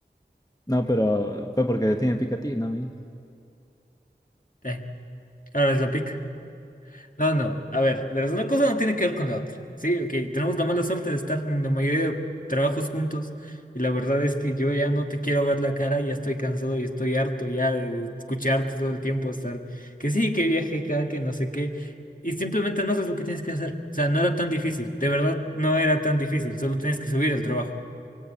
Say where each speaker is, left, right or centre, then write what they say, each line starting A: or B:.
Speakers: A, on the left (about 20°); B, on the left (about 50°).
A: No, pero fue porque te tiene pica a ti, no a mí.
B: Eh, ahora es lo pica. No, no, a ver, verás, una cosa no tiene que ver con la otra. Sí, ok, tenemos la mala suerte de estar en la mayoría de trabajos juntos y la verdad es que yo ya no te quiero ver la cara, ya estoy cansado y estoy harto ya de escucharte todo el tiempo estar que sí, que viaje acá, que no sé qué, y simplemente no haces lo que tienes que hacer. O sea, no era tan difícil, de verdad no era tan difícil, solo tienes que subir el trabajo,